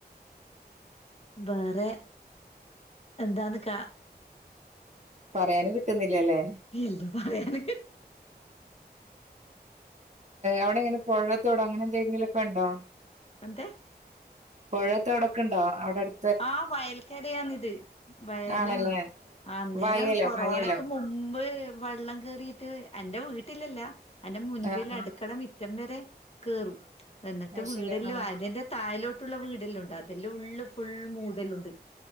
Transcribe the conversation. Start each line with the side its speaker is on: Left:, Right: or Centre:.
Left: ബെറെ എന്താന്ന് കാ
Right: പറയാന് കിട്ടുന്നില്ലല്ലേ
Left: ഇല്ല പറയാന്
Right: അവിടെ എങ്ങനെ പുഴത്തോട അങ്ങനെ എന്തെങ്കിലുംക്കെ ഉണ്ടോ
Left: എന്ത
Right: പുഴ തോടൊക്കെണ്ടോ അവിടെടു
Left: ആ വയൽക്കരയാണിത് വയലാണ്
Right: ആണല്ലേ
Left: അന്നേരം
Right: വയലോ
Left: കൊറോണക്ക്
Right: വയലോ
Left: മുമ്പ് മുമ്പ് വെള്ളം കേറിയിട്ട്. എന്റെ വീട്ടിലല്ല അന്റെമുൻപിൽ
Right: ആഹ് ആഹ്
Left: അടുക്കള മുറ്റം വരെ കേറും എന്നിട്ട്
Right: അത്
Left: വീടെല്ലോ
Right: ശരി ആഹ്
Left: ആതന്റ താഴലോട്ടുള്ള വീടെല്ലാം ഉണ്ട് അതെല്ലാം ഉള്ളും മൂടല്ലുണ്ട്